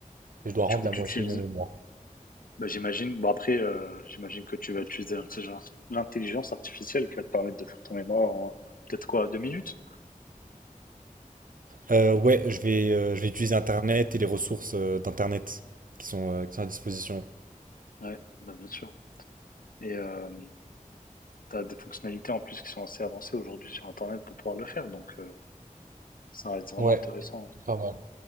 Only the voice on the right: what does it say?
Et je dois rendre
la moitié
de mon mémoire.
Euh, ouais, je vais, euh, je vais utiliser Internet et les ressources euh, d'Internet qui sont, euh, qui sont à disposition.
Ouais,
pas mal.